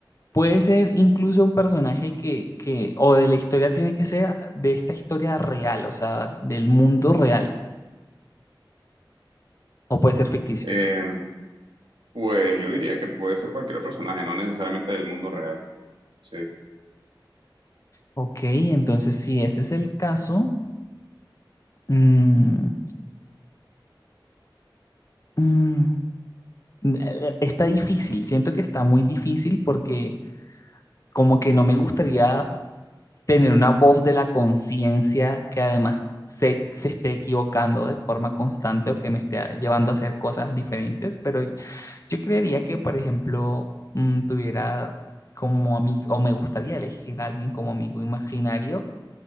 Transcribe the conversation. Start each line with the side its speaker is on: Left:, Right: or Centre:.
Left: puede ser incluso un personaje que, que, o de la historia tiene que ser de esta historia real, o sea, del mundo real, o puede ser ficticio.
Right: Eh, pues yo diría que puede ser cualquier personaje, no necesariamente del mundo real. Sí.
Left: Ok, entonces si ese es el caso, mm, mm, N- eh, Está difícil, siento que está muy difícil porque como que no me gustaría tener una voz de la conciencia que además se, se esté equivocando de forma constante o que me esté llevando a hacer cosas diferentes, pero yo creería que, por ejemplo, mm, tuviera como amigo, o me gustaría elegir a alguien como amigo imaginario,